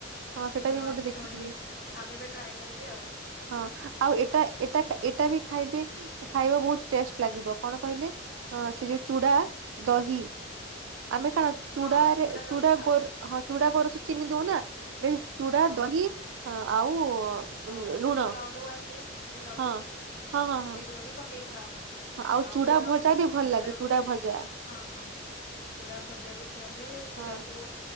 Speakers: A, on the right; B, on the left.
A: ହଁ ସେଟା
B: ମୁଁ
A: ବି
B: ଆଜି
A: ଗୋଟେ ଦେଖିଥିଲି
B: ଶୁଣିଲି ଆଉ କେବେ ଟ୍ରାଏ କରିବି ଆଉ
A: ହଁ ଆଉ ଏଇଟା, ଏଇଟା, ଏଇଟା ବି ଖାଇବେ। ଖାଇବା ବହୁତ ଟେଷ୍ଟ ଲାଗିବ କଣ କହିଲେ ସେ ଯୋଉ ଚୁଡା ଦହି। ଆମେ କଣ ଚୁଡାରେ
B: ହଁ ଦହି
A: ଚୁଡା
B: ଖାଉ
A: ଗୋର ହଁ ଚୁଡା ଗୋରସ ଚିନି ଦଉନା ଚୁଡା
B: ହଁ
A: ଦହି ଆଉ
B: ଆଉ ସେ
A: ଲୁଣ
B: ଯୋଉ ଲଡୁ ଆସେ ଲଡୁ
A: ହଁ ହଁ ହଁ ହଁ
B: ସେଗୁରା ବି ପକେଇକି ଖାଉ।
A: ହଁ
B: ଆଉ
A: ଚୁଡା
B: ଗୁଡ
A: ଭଜା ବି ଭଲ
B: ଚୁଡାକୁ
A: ଲାଗେ ଚୁଡା ଭଜା
B: ହଁ ହଁ। ଚୁଡା ଭଜା ବି ଖିଆ ହୁଏ ଚୁଡାକୁ
A: ହଁ